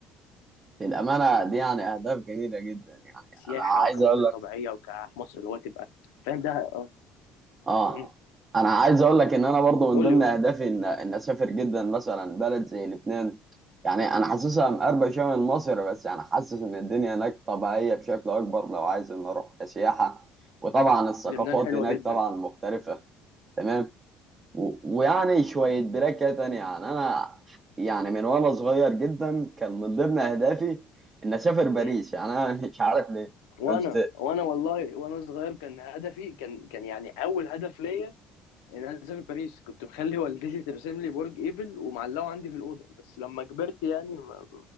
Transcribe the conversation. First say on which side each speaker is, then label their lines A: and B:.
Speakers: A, on the right; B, on the left.
A: الامانه دي يعني اهداف جميله جدا يعني
B: كسياحه
A: انا عايز
B: وكمناظر
A: اقول لك
B: طبيعيه وك في مصر اللي هو تبقى فاهم ده اه
A: اه
B: مم.
A: انا عايز اقول لك ان انا برضو
B: قول
A: من ضمن
B: لي قول
A: اهدافي
B: لي
A: ان ان اسافر جدا مثلا بلد زي لبنان يعني انا حاسسها مقربه شويه من مصر بس يعني حاسس ان الدنيا هناك طبيعيه بشكل اكبر لو عايز ان اروح كسياحه وطبعا الثقافات
B: لبنان حلوه
A: هناك
B: جدا
A: طبعا مختلفه تمام و- ويعني شوية بركة تانية يعني أنا يعني من وأنا صغير جدا كان من ضمن أهدافي إن أسافر باريس
B: مم.
A: يعني أنا <laughs> مش عارف ليه
B: وانا
A: كنت
B: وانا والله وانا صغير كان هدفي كان كان يعني اول هدف ليا يعني انا سافر باريس كنت مخلي والدتي ترسم لي برج ايفل ومعلقه عندي في الاوضه بس لما كبرت يعني ما